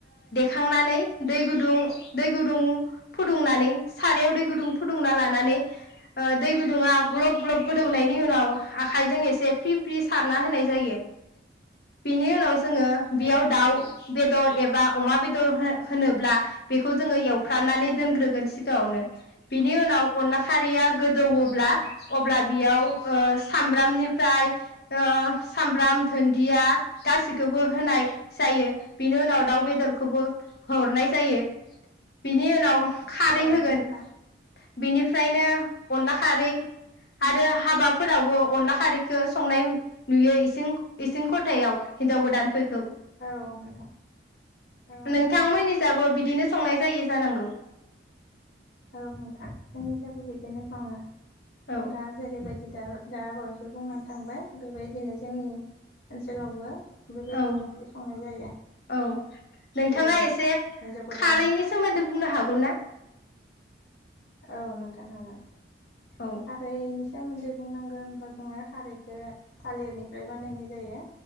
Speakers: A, on the left; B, on the left.
A: खांनानै दै गुदुं दै गुदुं फुदुंनानै सारायाव दै गुदुं फुदुंना लानानै दै गुदुङा ग्लब ग्लब गोुदनायनि
B: औ नोंथां
A: उनाव आखाइजों एसे फ्रि फ्रि सारना होनाय जायो बिनि उनाव जोङो बेयाव
B: औ नोंथां
A: दाउ बेदर एबा अमा बेदर होनोब्ला बेखौ जोङो एव फ्राननानै दोनग्रोगोन सिगाङावनो बिनि उनाव अनला खारिया गोदौवोब्ला
B: औ नोंथां
A: अब्ला बेयाव ओ सामब्रामनिफ्राय ओ सामब्राम दुन्दिया गासिखौबो होनाय जायो बेनि उनाव दाउ बेदरखौबो हरनाय जायो बिनि उनाव खारै
B: औ
A: होगोन
B: नोंथां
A: बिनिफ्रायनो अनला खारै आरो हाबाफोरावबो अनला खारैखौ संनाय नुयो इंसिं इसिं खथायाव हिन्जाव गोदानफोरखौ
B: औ नोंथां औ
A: नोंथांमोननि
B: नोंथां
A: जाबो बिदिनो संनाय जायो जानांगौ
B: औ नोंथां जोंनि जाबो बिदिनो सङो
A: औ
B: नोंथाङा जेरैबायदि दा दा आबावैसो बुंनानै थांबाय बेबायदिनो जोंनि ओनसोलावबो बेबायदिनो
A: औ
B: ओंख्रि संनाय जायो
A: औ नोंथाङा
B: जेरै
A: एसे
B: हिन्जाव गोदान
A: खारैनि सोमोन्दै बुंनो हागौ ना
B: औ नोंथां हागोन
A: औ
B: खारैनि सोमोन्दै बुंनांगोन होनबा जोङो खारैखौ थालिरनिफ्राय बानायनाय जायो